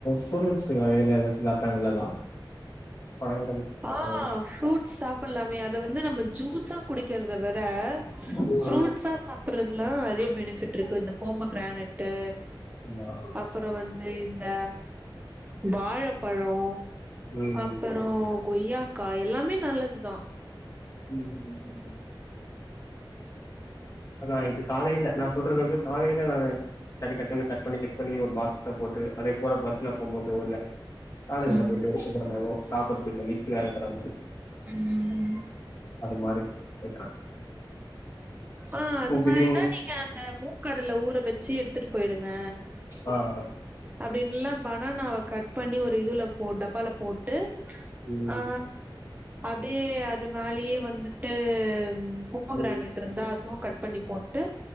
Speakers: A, on the left (about 40°); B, on the right (about 20°).
A: ஃப்ரூட்ஸ்ல வகைல ஏதாவது சாப்ட்டா நல்லதா பழங்கள்,
B: ஆ
A: பழங்கள்.
B: ஃப்ரூட்ஸ் சாப் டலாமே அத வந்து நம்ம ஜூஸா குடிக்கிறத விட
A: ம்.
B: ஃப்ரூட்ஸா சாப் பறதுல்லா தா நெறையா பெனிஃபிட் இருக்கு இந்த போமகெரனட்டு
A: ஆமா
B: அப்றோ வந்து இந்த வாழப்பழோ
A: ம்
B: அப்றோ கொய்யாக்கா எல்லாமே நல்லது தா
A: ம் ம் நா இது காலையில நா சொல்றது வந்து காலயில நானு டக்கு டக்குனு கட் பண்ணி கிட் பண்ணி ஒரு பாக்ஸ் ஐ போட்டு அதே போல பஸ்ல போகுபோது இல்ல காலேஜ்ல
B: ம்
A: போயிட்டு சாப்பட்றதுக்கு ஈஸியாக இருக்கற மாரி
B: ம்
A: அது மாரி கேக்ற
B: ஆ அது மாரினா
A: திடீர்னு
B: நீங்க அந்த மூக்கடல ஊற வச்சு எத்துட்டு போயிடுங்க
A: ஆ அ
B: அப்டி இல்லானா பனானாவ கட் பண்ணி ஒரு இதுல போ டப்பால போட்டு
A: ம்.
B: ஆ அப்டியே அது மேலயே வந்துட்டு போமோகிரணட்
A: ம்.
B: இருந்தா அதுவு கட் பண்ணி போட்டு